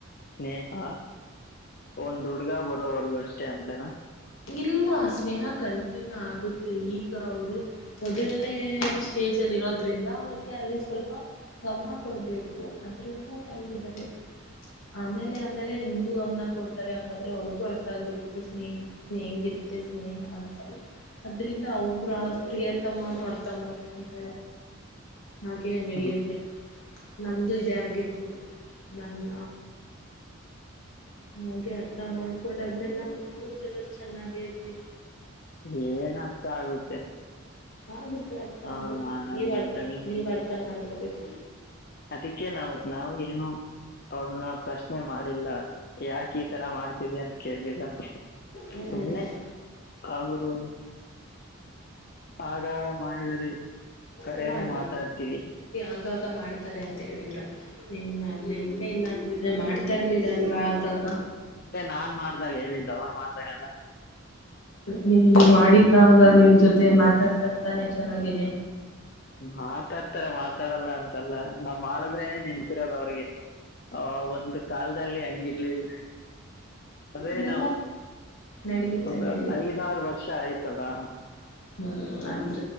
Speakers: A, on the left; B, on the left.
A: ಸ್ನೆಹಾ ಒಂದ ಹುಡ್ಗ ಬರೋವರ್ಗೂ ಅಷ್ಟೇ ಅಂತನಾ
B: ಇಲ್ಲ ಸ್ನೇಹ ಕಂಟಿನ್ಯೂ ಆಗುತ್ತೆ ಈಗ ಅವರು ಮೊದಲನೇ ಸ್ಟೇಜ್ ಅಲ್ಲಿ ಇರೋದ್ರಿಂದ ಅವಿಗೆ ಅಲ್ಲಿ ಸ್ವಲ್ಪ ಗಮನ ಕೊಡಬೇಕು ಅದ್ರಿಂದ ಂದ <unintelligible> ಆಮೇಲೆ ಆಮೇಲೆ ನಿಮಗೂ ಗಮನ ಕೊಡ್ತಾರೆ ಯಾಕಂದ್ರೆ ಅವ್ರಿಗೂ ಅರ್ಥ ಆಗಿರುತ್ತೆ ಸ್ನೇಹಿ ಹೆಂಗಿರುತ್ತೆ ಸ್ನೇಹ ಅಂತ ಅದ್ರಿಂದ ಅವ್ರ ಆ ಪ್ರಿಯತಮ್ಮನೂ ಅರ್ಥ ಮಾಡ್ಕೊಂಡ ಹಾಗೆಯ ನಡಿಯತ್ತೆ
A: ಹ್ಮ್
B: ನಮ್ದು ಇದೇ ಆಗಿತ್ತು ನನ್ನ ನನಗೆ ಅರ್ಥ ಮಾಡ್ಕೊಂಡ ಆದ್ಮೇಲೆ ನಾವ ಮೂರ ಜನ ಚೆನ್ನಾಗೇ ಇದ್ವಿ
A: ಏನ್ ಅರ್ಥ ಆಗುತ್ತೆ
B: ಆಗುತ್ತ ಅರ್ಥ
A: ಅವ್ರ
B: ಆಗುತ್ತೆ
A: ಮಾಡೋ
B: ನೀವ್
A: ನಾಟಗಳು
B: ಅರ್ಥ ನೀವ್ ಅರ್ಥ ಮಾಡ್ಕೋಬೇಕು
A: ಅದಕ್ಕೆ ನಾವು ನಾವು ಏನು ಅವ್ರನ್ನ ಪ್ರಶ್ನೆ ಮಾಡಿಲ್ಲ ಯಾಕ ಈ ತರ ಮಾಡ್ತದಿಯಾ ಅಂತ ಕೇಳಲಿಲ್ಲ
B: ಹ್ಮ್
A: ಸುಮ್ನೆ ಅವರು ಆಗಾಗ ಮಾಡಿದರೆ ಕರೆಯಲ್ಲಿ
B: ಎಲ್ಲ ಉಂಟ
A: ಮಾತಾಡ್ತೀವಿ
B: ಆಗಾಗ ಮಾಡ್ತಾರೆ ಅಂತ ಅಂತ ಹೇಳಿದ್ರ ನಿ ನನ್ಪೇ ಇಲ್ಲ ಅಂದಿದ್ರೆ ಮಾಡ್ತಾ ಇರ್ಲಿಲ್ಲ ಅಲ್ವಾ ಆಗಾಗ
A: ಅಂದ್ರೆ ನಾನ್ ಮಾಡ್ದಾಗ ಹೇಳಿದ್ದ ಅವರು ಮಾಡ್ದಾಗಲ್ಲ
B: ನಿಮ್ ಮಾಡಿದ್ದಾಗ ನಿಮ್ ಜೊತೆ ಮಾತಾಡ್ತರ್ತಾನೆ ಚೆನ್ನಾಗೇ
A: ಮಾತಾಡ್ತಾರೆ ಮಾತಾಡಲ್ಲ ಅಂತಲ್ಲ ನಾವ್ ಮಾಡದ್ರೇನೆೇ ನೆನ್ಪಿರೋದು ಅವ್ರಿಗೆ ಆ ಒಂದು ಕಾಲದಲ್ಲಿ ಹಂಗಿರ್ಲಿಲ್ಲ ಅದೇ
B: ಇದೆಲ್ಲ
A: ನಾವು
B: ನಡೆಯುತ್ತೆ
A: ಒಂದು
B: ನಡೆಯುತ್ತೆ
A: ಐದಾರು ವರ್ಷ ಆಯ್ತಲ್ಲಾ
B: <unintelligible>